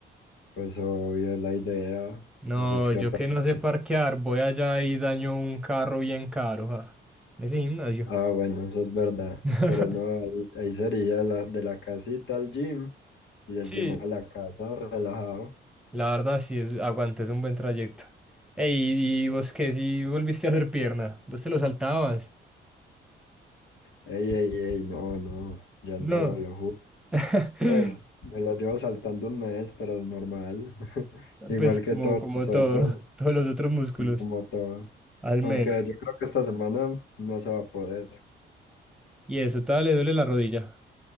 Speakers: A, on the left; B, in the centre.
A: Pues obvio es la idea,
B: No,
A: así es que
B: yo
A: aprende.
B: que no sé parquear, voy allá y daño un carro bien caro, ja. Ese gimnasio.
A: Ah, bueno, eso es verdad.
B: <laughs>
A: Pero no, ahí, ahí sería la, de la casita al gym y del
B: Sí,
A: gym a la casa, relajado.
B: la verdad sí, es, aguanta, es un buen trayecto. Ey, ¿y vos qué? Si volviste a hacer pierna, vos te lo saltabas.
A: Ey, ey, ey, no, no, ya
B: No.
A: no, lo juro.
B: <laughs>
A: Pues me lo llevo saltando un mes, pero es normal, <laughs> igual
B: Pues como,
A: que todos
B: como
A: nosotros
B: todo, <laughs> todos los otros músculos,
A: y como todo.
B: al
A: Aunque
B: menos.
A: yo creo que esta semana no se va a poder.
B: Y eso, todavía le duele la rodilla.